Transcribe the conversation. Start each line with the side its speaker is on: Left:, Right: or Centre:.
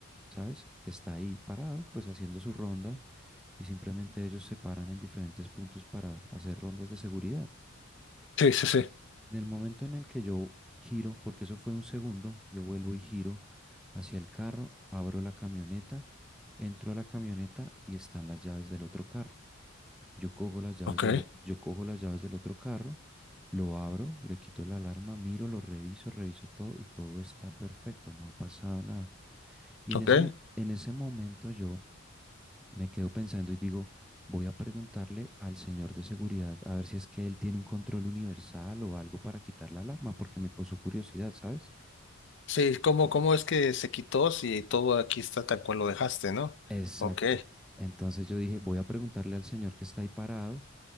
Centre: ¿sabes? Que está ahí parado, pues haciendo su ronda y simplemente ellos se paran en diferentes puntos para hacer rondas de seguridad.
Left: Sí, sí, sí.
Centre: En el momento en el que yo giro, porque eso fue un segundo, yo vuelvo y giro hacia el carro, abro la camioneta, entro a la camioneta y están las llaves del otro carro. Yo cojo las llaves
Left: Ok.
Centre: del, yo cojo las llaves del otro carro, lo abro, le quito la alarma, miro, lo reviso, reviso todo y todo está perfecto, no ha pasado nada. Y en
Left: Ok.
Centre: ese, en ese momento yo me quedo pensando y digo, voy a preguntarle al señor de seguridad a ver si es que él tiene un control universal o algo para quitar la alarma, porque me causó curiosidad, ¿sabes?
Left: Sí, ¿cómo,
Centre: Sí.
Left: cómo es que se quitó si todo aquí está tal cual lo dejaste, ¿no?
Centre: Exacto.
Left: Ok.
Centre: Entonces yo dije, voy a preguntarle al señor que está ahí parado